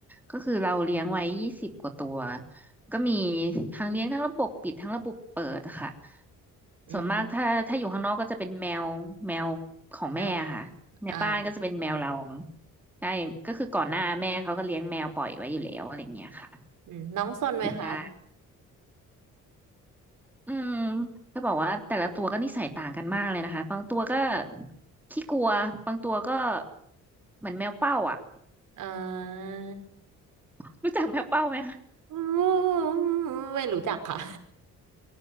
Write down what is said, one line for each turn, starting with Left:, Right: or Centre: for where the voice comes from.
Centre: ก็คือเราเลี้ยงไว้ยี่สิบกว่าตัวก็มีทั้งเลี้ยงทั้งระบบปิดทั้งระบบเปิดค่ะ
Right: อืมอืม
Centre: ส่วนมากถ้าถ้าอยู่ข้างนอกก็จะเป็นแมวแมวของแม่ค่ะในบ้านก็จะเป็นแมวเรา
Right: แมวอ่า
Centre: ได้ก็คือก่อนหน้าแม่เขาก็เลี้ยงแมวปล่อยไว้อยู่แล้วอะไรอย่างเงี้ยค่ะ
Right: อืมน้องซนไหมคะ
Centre: ได้อืมก็บอกว่าแต่ละตัวก็นิสัยต่างกันมากเลยนะคะบางตัวก็ขี้กลัวบางตัวก็เหมือนแมวเป้าอ่ะ
Right: อ่า
Centre: <laughs> รู้จักแมวเป้าไหมคะ
Right: อืมไม่รู้จักค่ะ